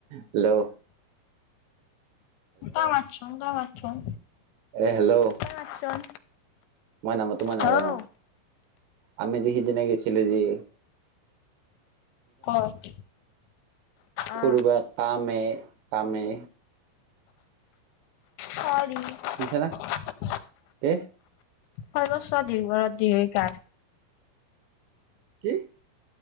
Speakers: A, on the right (about 75°); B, on the left (about 80°).
A: হ্ল'?
B: তই মাতচোন, তই মাতচোন।
A: এ, হেল্ল'?
B: তই মাতচোন
A: মই নাপাতো, মই
B: হৌ
A: নাজানো তোমাৰ নাজানো, আমি যি সিদিনা গৈছো। চিলোজি
B: ক'ত? অ
A: সৰুবা কামে, কামে
B: হয়।
A: শুনিছা না
B: <unintelligible>
A: কি
B: সৰ্ব্বোচ বছৰ দীৰ্ঘ ৰাতি এই কাল।
A: কি?